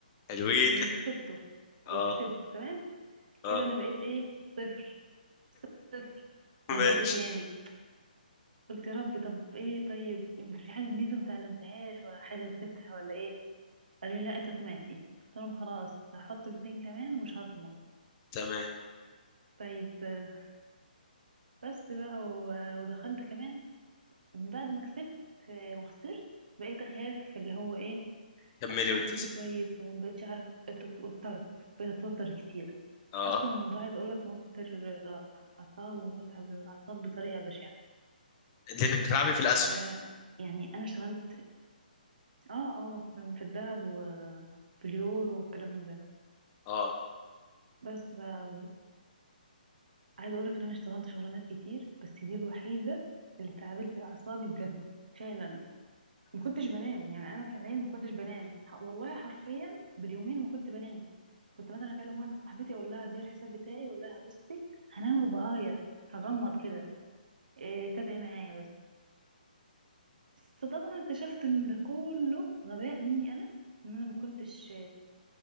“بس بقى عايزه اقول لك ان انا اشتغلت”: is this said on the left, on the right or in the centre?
Right